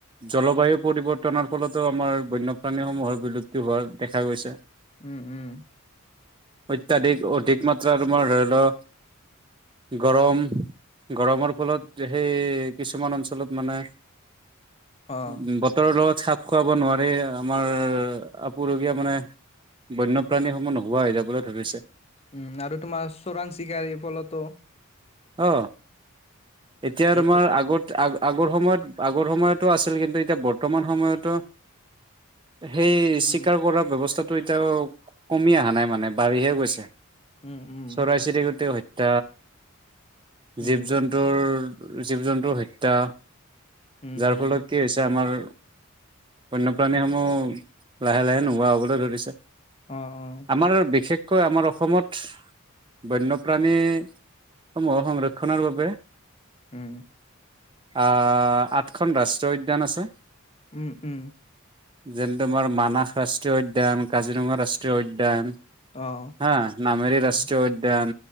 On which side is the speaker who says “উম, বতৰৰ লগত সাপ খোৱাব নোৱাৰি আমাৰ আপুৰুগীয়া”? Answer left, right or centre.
Right